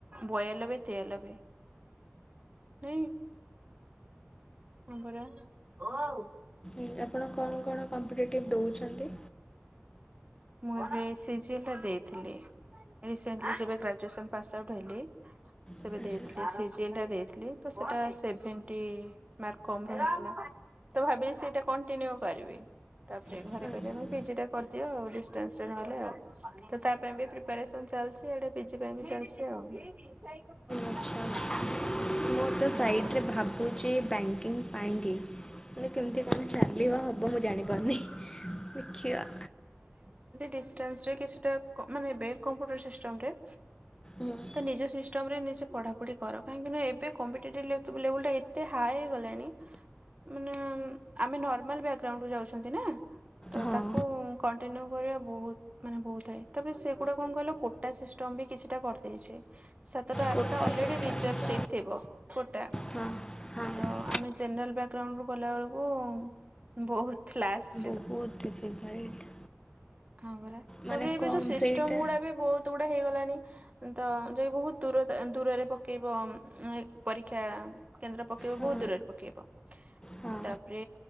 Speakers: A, on the right; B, on the left.
A: ବୟାଲବେ ତେୟାଲବେ। ହେଇ ହଁ ପରା <unintelligible>
B: ଉଁ ଆପଣ କଣ କଣ କମ୍ପିଟେଟିଭ୍ ଦଉଛନ୍ତି?
A: ମୁଁ ଏବେ ସିଜିଏଲ ଟା ଦେଇଥିଲି ରିସେଣ୍ଟଲି ଯେବେ ଗ୍ରାଜୁଏସନ୍ ପାସ୍ ଆଉଟ୍ ହେଲି ସେବେ
B: ଆଚ୍ଛା
A: ଦେଇଥିଲି ସିଜି ଏଲ ଦେଇଥିଲି ତ ସେଟା ସେଭେଣ୍ଟି ମାର୍କ କମ୍ ଥିଲା ତ ଭାବିଛି ସେଇଟା କଣ୍ଟିନ୍ୟୁ କରିବି। ତାପରେ
B: ଆଚ୍ଛା
A: ଘରେ
B: ହୁଁ,
A: କହିଲେ ପିଜିଟା କରିଦିଅ ଆଉ ଡି ଟେନ୍ସନ ଗଲା ଆଉ ତ ତା ପାଇଁ <unintelligible> ଚାଲି ଇଆଡ଼େ ପିଜି ପାଇଁ ଚାଲି ଆଉ। <unintelligible>
B: ଆଚ୍ଛା ଆଚ୍ଛା ମୁଁ ତ ସାଇଟି
A: ହଁ।
B: ରେ ଭାବୁଛି ବ୍ୟାଙ୍କିଙ୍ଗ୍ ପାଇଁକି ମାନେ କେମିତି କଣ ଚାଲିବ ହବ ମୁଁ ଜାଣିପାରୁନି ଦେଖିବା।
A: ଡିଷ୍ଟାନ୍ସରେ କିଛିଟା ମାନେ ଏବେ କମ୍ପୁଟର ସିଷ୍ଟମ୍ ରେ
B: ହୁଁ।
A: ତ ନିଜ ସିଷ୍ଟମ ରେ ନିଜେ ପଢାପଢି କର କାହିଁକି ନା ଏବେ କମ୍ପିଟେଟିଭ ଲେ ଲେବୁଲ୍ ଟା ଏତେ ହାଇ ହେଇଗଲାଣି ମାନେ ଆମେ ନର୍ମାଲ ବ୍ୟାକଗ୍ରାଉଣ୍ଡରୁ ଯାଉଛନ୍ତି ନା ତ
B: ହଁ
A: ତାକୁ କଣ୍ଟିନ୍ୟୁ କରିବା ବହୁତ ମାନେ ବହୁତ ହାଇ ତାପରେ ସେଗୁଡା କଣ କହିଲ କୋଟା ସିଷ୍ଟମ ବି କିଛିଟା କରିଦେଇଛି ସାତଟା
B: କୋଟା
A: ଆଠଟା ଅଲରେଡି
B: ସିଷ୍ଟମ୍
A: ରିଜର୍ଭ
B: ତ
A: ସିଟ ଥିବ କୋଟା
B: ହଁ ହଁ
A: ତ ଆମେ ଜେନେରାଲ ବ୍ୟାକଗ୍ରାଉଣ୍ଡ ରୁ ଗଲା ବେଳୁକୁ ବୋହୁତ୍ ଲାଷ୍ଟ।
B: ବୋହୁତ୍ ଡିଫିକଲ୍ଟ।
A: ହଁ ପରା,
B: ମାନେ
A: ତାପରେ ଏବେ
B: କମ୍
A: ଯୋଉ ସିଷ୍ଟମ
B: ସେଇଟା
A: ଗୁଡା ବି ବହୁତ୍ ଗୁଡା ହେଇଗଲାଣି। ତ ଯାଇି ବହୁତ୍ ଦୂରତା ଦୂରରେ ପକେଇବ ଉଁ ପରୀକ୍ଷା କେନ୍ଦ୍ର ପକେଇବ
B: ହଁ
A: ବହୁତ୍ ଦୂରରେ ପକେଇବ।
B: ହଁ
A: ତାପରେ